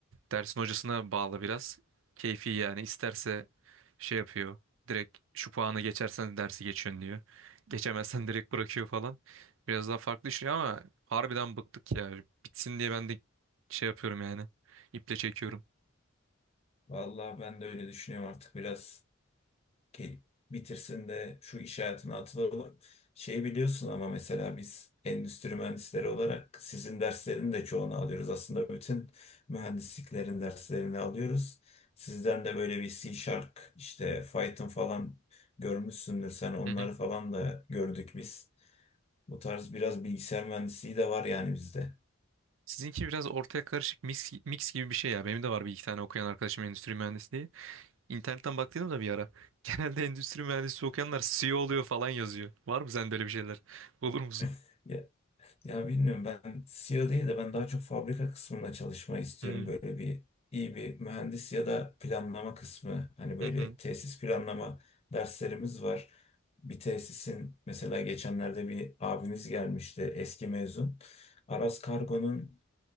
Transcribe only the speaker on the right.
dersin hocasına bağlı biraz. Keyfi yani isterse şey yapıyor. Direkt şu puanı geçersen dersi geçiyorsun diyor. Geçemezsen <laughs> direkt bırakıyor falan. Biraz daha farklı düşünüyor ama harbiden bıktık ya. Bitsin diye ben de şey yapıyorum yani. İple çekiyorum.
Hı hı.
Sizinki biraz ortaya karışık mix, mix gibi bir şey ya. Benim de var bir iki tane okuyan arkadaşım endüstri mühendisliği. İnternetten baktıydım da bir ara. <laughs> Genelde endüstri mühendisi okuyanlar CEO oluyor falan yazıyor. Var mı sende öyle bir şeyler? Olur musun?
Hmm.
Hı hı.